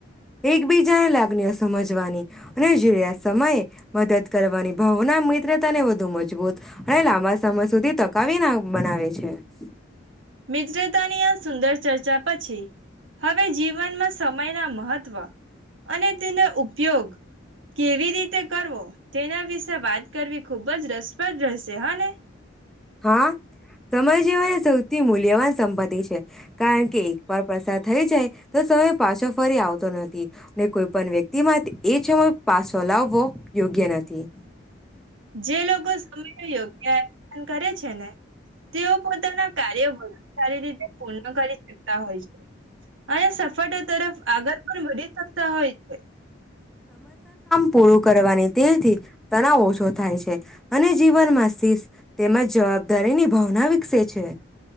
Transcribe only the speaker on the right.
મિજરેતાનિયા સુંદર. ચર્ચા, પછી, હવે જીવનમાં સમયના મહત્વ અને તેનો ઉપયોગ કેવી રીતે કરવો તેના વિશે વાત કરવી ખૂબ જ રસપ્રદ રહેશે હા ને.
જે, લોકો સમય યોગ્યન કરે છે ને તેઓ પોતાના કાર્યો વધુ સારી રીતે પૂર્ણ કરી શકતા હોય છે. અને સફળતા તરફ આગળ પણ વધી શકતા હોય છે.